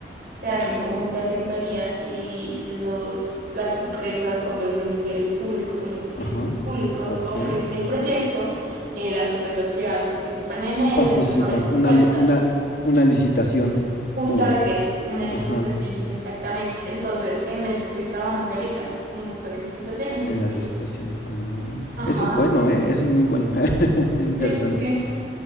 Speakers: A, on the right; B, on the left.
A: se hacen como interventorías y los, las empresas o los ministerios públicos o los institutos
B: ajá.
A: públicos
B: Ok.
A: ofrecen el proyecto, eh, las empresas privadas participan en él,
B: Participan.
A: las mejores
B: Una,
A: propuestas.
B: li- una, una licitación
A: Justamente,
B: pública.
A: una licitación,
B: Ajá.
A: exactamente. Entonces, en eso estoy trabajando ahorita, en estas licitaciones. Sí,
B: En
A: estoy
B: las licitaciones. Oh,
A: Ajá,
B: Eso es bueno, ¿eh? Eso es muy bueno. <laughs> Es interesante.
A: sí, sí, sí.